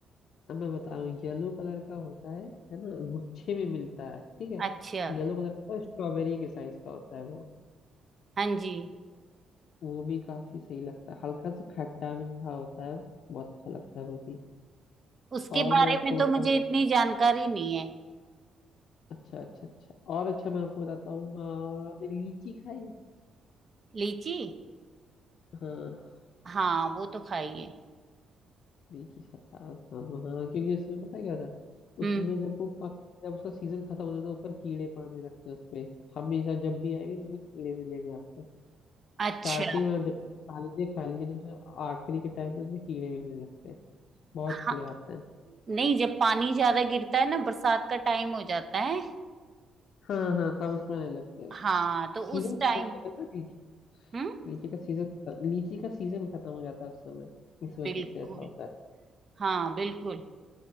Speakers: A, on the left; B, on the right.
A: अब मैं बता रहा हूँ येलो कलर का होता है है ना गुच्छे में मिलता है ठीक है
B: अच्छा
A: येलो कलर का स्ट्रॉबेरी के साइज का होता है वो
B: हाँ जी
A: वो भी काफी सही लगता है हल्का सा खट्टा मीठा होता है बहुत अच्छा लगता है वो भी
B: उसके
A: और
B: बारे
A: मैं आपको
B: में तो
A: बताऊं
B: मुझे इतनी जानकारी नहीं है
A: अच्छा अच्छा अच्छा और अच्छा मैं आपको बताता हूँ और आपने लीची खाई है?
B: लीची
A: हाँ
B: हाँ वो तो खाई है
A: लीची सब खा सब हाँ क्योंकि उसमें पता है क्या होता है
B: हम्म
A: उसमें जब वो पक जब उसका सीजन खत्म हो जाता है तो ऊपर कीड़े पड़ने लगते हैं उसपे हमेशा जब भी आएंगे तो उसमें कीड़े मिलेंगे आपको
B: अच्छा
A: स्टार्टिंग में आप जब भी खा लीजिए खा लीजिए नहीं तो आखिरी के टाइम पे उसमें कीड़े मिलने लगते हैं बहुत
B: हाँ
A: कीड़े आते हैं
B: नहीं जब पानी ज्यादा गिरता है ना बरसात का टाइम हो जाता है
A: हाँ हाँ तब उसमें आने लगते हैं
B: हाँ तो
A: सीजन
B: उस
A: खत्म
B: टाइम
A: हो जाता है ना
B: हम्म
A: लीची का सीजन लीची का सीजन खत्म हो जाता है उस समय इस वजह
B: बिल्कुल
A: से ऐसा होता है
B: हाँ बिल्कुल